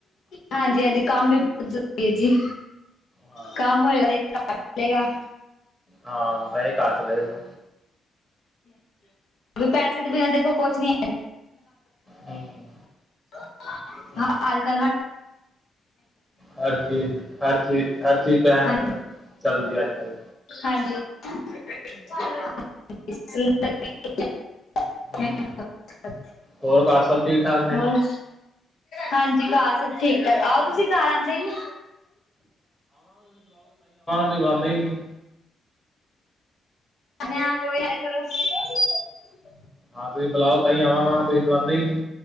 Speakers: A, on the left (about 65°); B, in the centre.
A: ਹਾਂਜੀ-ਹਾਂਜੀ ਕੰਮ ਵੀ ਬਹੁਤ ਜ਼ਰੂਰੀ ਹੈ ਜੀ।
B: ਹਾਂ
A: ਕੰਮ ਹੋਏਗਾ <inaudible> ਘਰ ਚਲੇਗਾ
B: ਹਾਂ ਤਾਂ ਹੀ ਘਰ ਚਲੇਗਾ।
A: ਰ ਪੈੇਸੇ ਤੇ ਬਿਨਾਂ ਦੇਖੋ ਕੋਛ ਨਹੀ
B: ਹਮ
A: <unintelligible>
B: ਹਮ
A: <inaudible> ਅੱਜ ਕਲ
B: ਹਰ ਚੀਜ਼ ਹਰ ਚੀਜ਼ ਹਰ ਚੀਜ਼ ਟਾਈਮ
A: ਹਾਂ-
B: <inaudible> ਚੱਲਦੀ ਹੈ ਅੱਜ ਕੱਲ।
A: ਹਾਂਜੀ <inaudible> <inaudible> <inaudible>
B: ਹਮ ਹੋਰ ਘਰ ਸਭ ਠੀਕ ਠਾਕ ਨੇ
A: ਹੋਰ ਹਾਂਜੀ ਕਾ ਸਕ ਠੀਕ ਠਾਕ ਆਓ ਤੁਸੀਂ ਘਰ ਆਉਂਦੇ ਹੀ ਨੀ
B: ਕੋਈ ਬੁਲਾਂਦਾ ਹੀ ਨੀ ਹੈ।
A: <inaudible> <inaudible>
B: ਹਾਂ ਤੁਸੀਂ ਬੁਲਾਓ ਤਾਈ ਆਵਾਂਗਾ ਬੁਲਾਉਂਦੇ ਹੀ ਨਹੀਂ